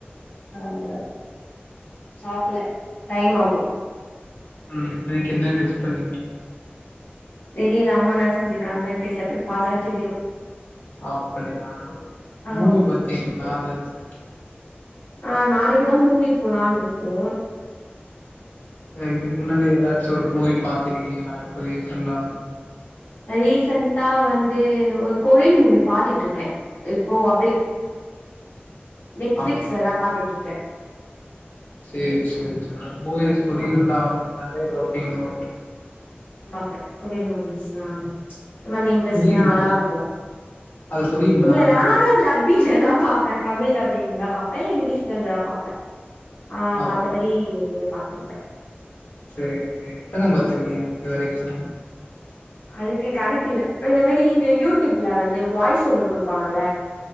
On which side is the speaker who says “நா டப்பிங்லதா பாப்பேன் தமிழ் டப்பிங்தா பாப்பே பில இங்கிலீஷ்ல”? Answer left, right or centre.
Left